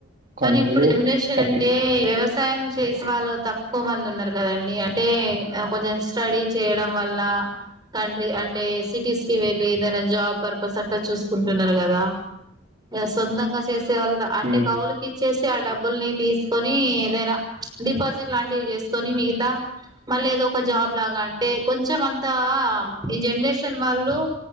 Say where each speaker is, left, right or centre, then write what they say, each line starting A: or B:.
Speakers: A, on the right (about 20°); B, on the right (about 40°).
A: కానీ
B: కందులు
A: ఇప్పుడు జనరేషన్
B: పత్తి
A: అంటే వ్యవసాయం చేసే వాళ్ళు తక్కువ మంది ఉన్నారు కదండి అంటే కొంచెం స్టడీ చేయడం వల్ల కంట్రీ అంటే సిటీస్ కి వెళ్ళి ఏదైనా జాబ్ పర్పస్ అట్లా చూసుకుంటున్నారు కదా యా సొంతంగా చేసేవాళ్ళ అంటే
B: ఉమ్,
A: కవులు చేసి ఆ డబ్బుల్ని తీసుకొని ఏదైనా డిపాజిట్ లాంటివి చేసుకొని మిగతా మళ్ళీ ఏదో ఒక జాబ్ లాగా అంటే కొంచెం అంతా ఈ జనరేషన్ వాళ్ళు